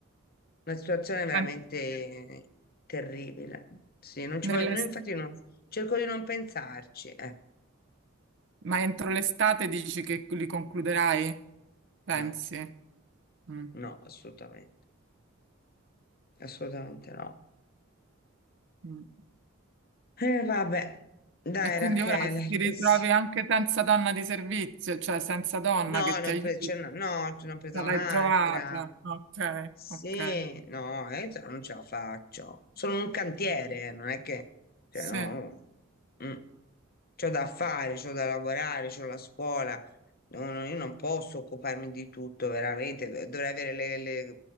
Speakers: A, on the left (about 45°); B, on the right (about 60°).
A: una situazione veramente
B: ma
A: terribile. Sì, non ci
B: nell'es-
A: voglio, no, infatti non, cerco di non pensarci, eh,
B: ma entro l'estate dici che li concluderai? Pensi?
A: no.
B: Mm.
A: No, assolutamente, assolutamente no.
B: Mm.
A: Eh, vabbè, dai
B: E quindi
A: Rachele,
B: ora ti
A: che
B: ritrovi
A: s-
B: anche senza donna di servizio, cioè senza donna
A: no,
B: che
A: ne
B: ti
A: ho
B: aiuti.
A: pre- ce n'ho- no, ce n'ho presa
B: Non
A: un'altra.
B: L'hai trovata. Ok,
A: Sì,
B: ok.
A: no, eh, cioè, non ce la faccio. Sono un cantiere, eh, non è che, cioè,
B: Sì,
A: no, mm. C'ho da fare, c'ho da lavorare, c'ho la scuola. No, no, io non posso occuparmi di tutto, veramente. Dovrei avere le, le-